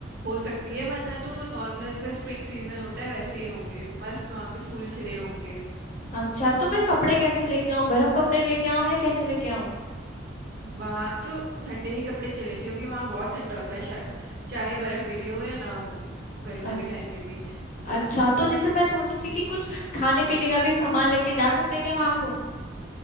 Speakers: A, on the right; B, on the left.
A: हो सकती है वरना तो नॉर्मल जैसे स्प्रिंग सीजन होता है वैसे ही होंगे मस्त वहाँ पे फूल खिले होंगे
B: अच्छा तो मैं कपड़े कैसे लेके आऊँ गर्म कपड़े लेके आऊँ या कैसे लेके आऊँ
A: वहां तो ठंडे ही कपड़े चलेंगे क्योंकि वहां बहुत ठंडा होता है शायद चाहे बर्फ गिरी हो या ना हो गर्मियों
B: अ-
A: के टाइम में भी
B: अच्छा तो जैसे मैं सोचती कि कुछ खाने पीने का भी सामान लेके जा सकते हैं क्या वहाँ को